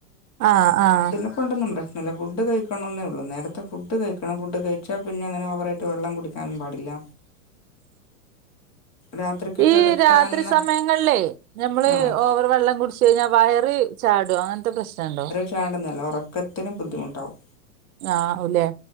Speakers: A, on the right; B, on the left.
A: ആഹ് ആഹ്
B: ണ്ടൊന്നും പ്രശ്നല്ല ഫുഡ് കഴിക്കണ ഉള്ള നേരത്തെ ഫുഡ് കഴിക്കണം ഫുഡ് കഴിച്ചാ പിന്നെ അങ്ങനെ ഓവറായിട്ട് വെള്ളം കുടിക്ക ക്കാനും പാടില്ല രാത്രിക്ക്
A: ഈ
B: കിടക്കാന്ന
A: രാത്രി സമയങ്ങളിലേ ഞമ്മള്
B: ആഹ്
A: ഓവർ വെള്ളം കുടിച്ച് കഴിഞ്ഞാൽ വയറ് ചാടും അങ്ങനത്തെ പ്രശ്നം ഉണ്ടോ
B: ചാണ്ടടന്നല്ല ഉറക്കത്തിന് ബുദ്ധിമുട്ടാവും
A: ആവുല്ലേ